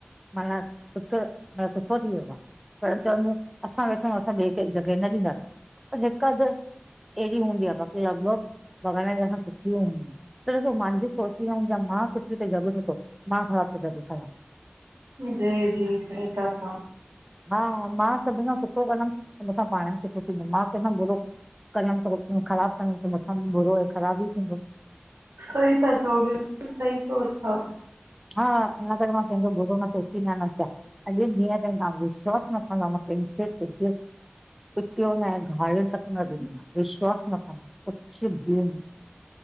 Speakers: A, in the centre; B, on the right (about 80°).
A: माना, सुठो मा सुठो थी वियो आ। पेरे चवंद हो असां वेठा आहियूं असां ॿिए खे जॻहि न ॾींदासीं, पर जे का अधि एहिड़ी हूंदी आहे, बाक़ी लॻभॻ भॻवान जी दया सां सुठियी हून। त ॾिसो मुंहिंजी सोच इया हूंदी आ, मां सुठी त ज़ॻ सुठो, मां ख़राबु त ज़ॻ ख़राबु।
B: जी-जी, सही ता चओ।
A: हा, मां सभिन खां सुठो कंदमि त मूंसां पाण बि सुठो थींदो, मां कंहिंखां बुरो कंदम त ख़राब कंदम त मूंसां भी बुरो ऐं ख़राबु ई थींदो।
B: सही था चओ, बिल्कुलु सही सोच तव।
A: हा, इन करे मां कंहिंजो बुरो न सोचींदी आया, न शा। अॼु ॾींहं ताईं, तव्हां विश्वासु न कंदव मां कंहिंखे कुझु पिटयो न आहे, ॻारी तक न ॾिनी आ विश्वास न कंदव। कुछ भी न